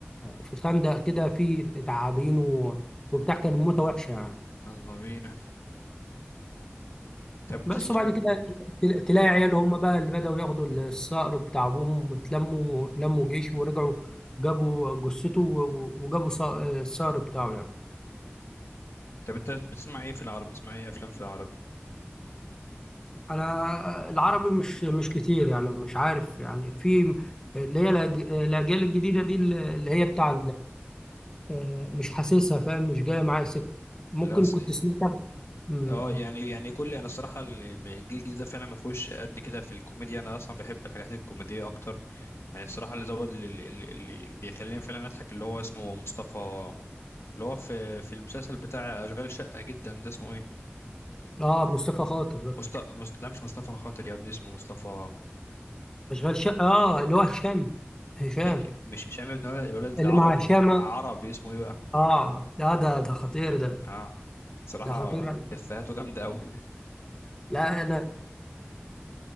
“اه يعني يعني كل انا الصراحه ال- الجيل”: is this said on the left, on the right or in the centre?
Left